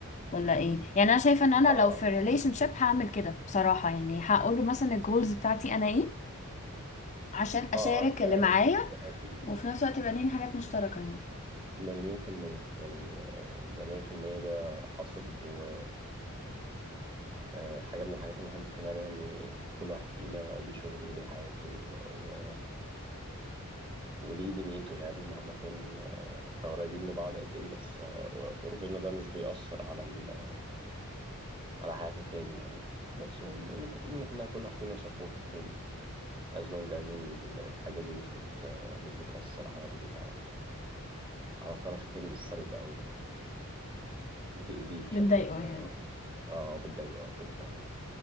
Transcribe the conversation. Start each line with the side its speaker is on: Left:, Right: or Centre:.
Left: ولا ايه يعني انا شايفة ان انا
Right: اه
Left: لو في ريليشن
Right: يعني
Left: شيب هعمل كده بصراحة يعني هقول له مثلا الجولز بتاعتي انا ايه عشان اشارك
Right: اه اه ده
Left: اللي معايا
Right: ده اكيد
Left: وفي نفس الوقت يبقى لينا حاجات مشتركة يعني
Right: ده مليون في المية يعني آه، ده مية في المية ده حاصل و آه، حاجة من الحاجات اللي احنا متفقين عليها ان كل واحد فينا ليه شغله وليه حياته و... وليه دنيته يعني مهما كان آه، احنا قريبين لبعض قد ايه بس آه، قربنا ده مش بيأثر على ال... على حياة التاني يعني بس هم متفقين ان احنا كل واحد فينا سبورت التاني as long as ان ال- الحاجة دي مش بت... آه، مش بتأثر على ال... على الطرف التاني بالسلب او بت... بتأذيه بشكل
Left: بتضايقه
Right: ما
Left: يعني
Right: او اه أو بتضايقه او كده فاهمة